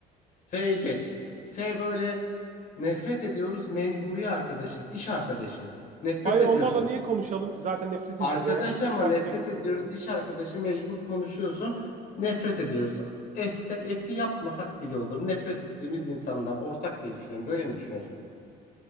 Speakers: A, on the left; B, on the right.
A: F'ye geç. F böyle nefret ediyoruz, mecburi arkadaşız, iş arkadaşı. Nefret
B: Ay
A: ediyorsun.
B: onlarla niye konuşalım ki? Zaten nefret
A: Arkadaş
B: ediyoruz yani. Hiç konuşmak
A: ama nefret
B: bile istemiyorum.
A: ediyoruz, iş arkadaşı mecbur konuşuyorsun. Nefret ediyoruz. F'te F'i yapmasak bile olur. Nefret ettiğimiz insanlar ortak diye düşünüyorum. Böyle mi düşünüyorsun?